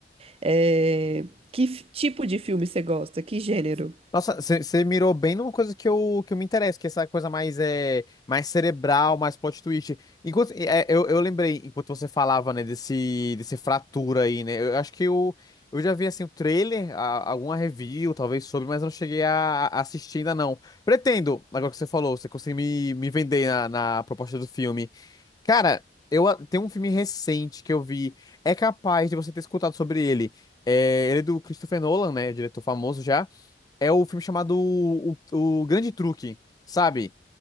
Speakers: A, on the right; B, on the left.
A: É, Que f- tipo de filme você gosta? Que gênero?
B: Nossa, você mirou bem numa coisa que eu, que eu me interesso, que é essa coisa mais, é, mais cerebral, mais plot twist. Enquanto, é, eu, eu lembrei, enquanto você falava, né, desse, desse fratura aí, né? Eu acho que eu, eu já vi, assim, o trailer, a- alguma review, talvez, sobre, mas eu não cheguei a, a assistir ainda, não. Pretendo, agora que você falou, você conseguiu me, me vender na, na proposta do filme. Cara, eu, a- tem um filme recente que eu vi, é capaz de você ter escutado sobre ele. É, ele é do Christopher Nolan, né, diretor famoso já é o filme chamado O, o Grande Truque, sabe?